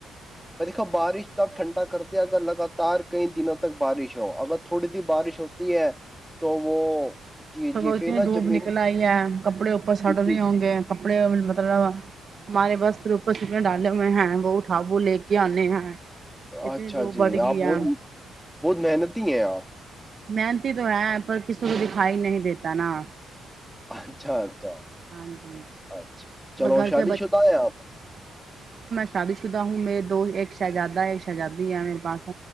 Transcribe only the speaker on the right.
سگو
اتنی
دھوپ
نکل آئی ہے کپڑے اوپر سڑ
نہیں
ہوں گے کپڑے مطلب ہمارے بس روپس میں ڈالے ہوئے ہیں وہ اٹھاابو لے کے آنے ہیں اتنی
دھوپ
بڑھ گئی
ہے
محنتی تو ہے پر کسی کو دکھائی نہیں دیتا نا
ہاں جی
گھر
کے
شادت شدہ ہوں میرے دو ایک شہزادہ ایک اچزادی ہے میرے پاس